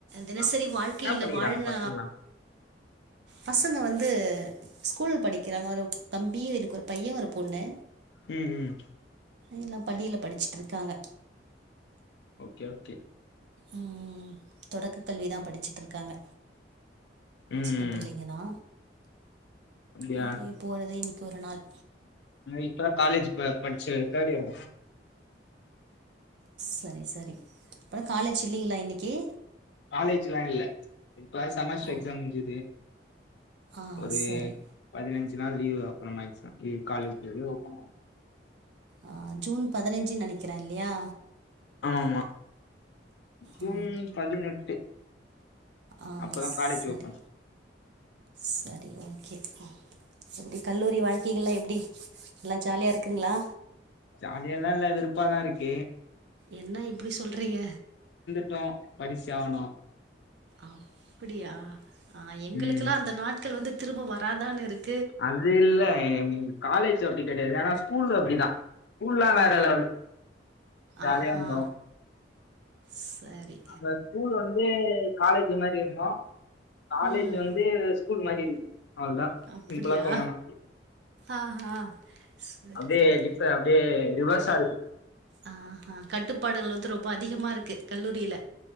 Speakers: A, on the right; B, on the left.
A: தினசரி
B: ஆ
A: வாழ்க்கை
B: என்ன
A: இல்ல
B: படிக்கிறாங்க
A: வாழ்ன
B: பசங்கலா
A: பசங்க வந்து ஸ்கூல் படிக்கிறாங்க ஒரு தம்பி இருக்கு ஒரு பையன் ஒரு பொண்ணு
B: ம் ம்
A: எல்லாம் பள்ளியில படிச்சிட்டு இருக்காங்க
B: ஓகே ஓகே
A: ம் தொடக்க கல்விதா படிச்சிட்டு இருக்காங்க
B: ம்
A: சின்ன பிள்ளைங்க தா
B: அப்டியா
A: அப்பிடியே போறதே இல் ஒரு நாள்
B: இப்ப காலேஜ் இப்ப படிச்சு தேட் இயர்
A: செரி செரி அப்பறம் காலேஜ் இல்லைங்களா இன்னைக்கு
B: காலேஜ்லா இல்ல இப்ப தா செமஸ்டர்
A: ஓ!
B: எக்ஸாம் முடிஞ்சுது
A: ஆ
B: ஒரு
A: சரி.
B: பதினஞ்சு அஞ்சு நாள் லீ்வு அப்பற மேக்ஸிமம் லீ காலேஜ் டேல ஓப்பன்னாவு
A: ஆ ஜூன் பதினைஞ்சு நெனைக்கிறே இல்லையா
B: ஆமாமா ஜூன்
A: ஆ
B: பதினெட்டு
A: ஆ
B: அப்பதா
A: செரி
B: காலேஜ் ஓப்பன்
A: செரி ஓகே எப்டி கல்லூரி வாழ்க்கைகள்லாம் எப்டி நல்லா ஜாலியா இருக்குங்ளா
B: அதையெல்லா இல்ல வெருப்பாதா இருக்கு
A: என்ன இப்டி சொல்றீங்க
B: ட்டு படிச்சு ஆவுனு
A: அப்டியா ஆ எங்களுக்கெல்லா
B: ம்
A: அந்த நாட்கள் வந்து திரும்ப வராதான்னு இருக்
B: அது இல்ல என் காலேஜ் லேஜ்ல அப்டி கிடையாது ஆனா ஸ்கூல் அப்டிதா ஸ்கூல்லா வேற
A: ஆ
B: லெவல் ஜாலியா
A: ஆஹா
B: இருந்தோ
A: சரி
B: நாங்க ஸ்கூல்ல வந்து வந்து காலேஜ் மாரி இர்ந்தோ காலேஜ்
A: ம்
B: வந்து ஸ் ஸ்கூல் மாரி இருக்குது அவ்ளதா
A: அப்படியா
B: சிம்பிளா சொல்லனா
A: ஆஹா சரி
B: அப்டியே
A: சரி
B: அப்டியே ரிவர்ஸ் <unintelligible>
A: ஆ ஹா கட்டுப்பாடுகள் வந்து ரொம்ப அதிகமா இருக்கு கல்லூரில